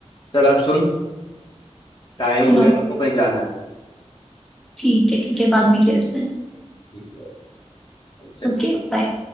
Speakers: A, on the left; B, in the centre.
A: चल अब सुन टाइम
B: सुनाओ
A: हो गया मेरे को कहीं जाना है
B: ठीक है ठीक है बाद में खेलते हैं
A: ठीक है चल
B: Okay bye